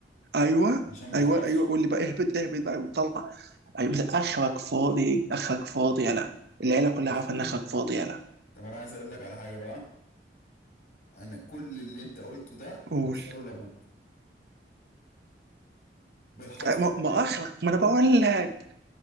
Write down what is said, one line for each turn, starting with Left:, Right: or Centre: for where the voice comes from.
Right: ايوه
Left: عشان ما
Right: ايوه
Left: اعرفش
Right: ايوه قول لي بقى اهبط اهبط بقى وطلع ايوه مثلا اخرك فاضي اخرك فاضي يلا العيله كلها
Left: أنا
Right: عارفه
Left: فاضي
Right: ان اخرك فاضي يلا
Left: طب انا عايز اقول لك على حاجه بقى انا كل اللي انت قلته ده هوصله
Right: قول
Left: لابوك بالحرف
Right: أه، ما
Left: الواحد
Right: ما اخرك ما انا بقول لك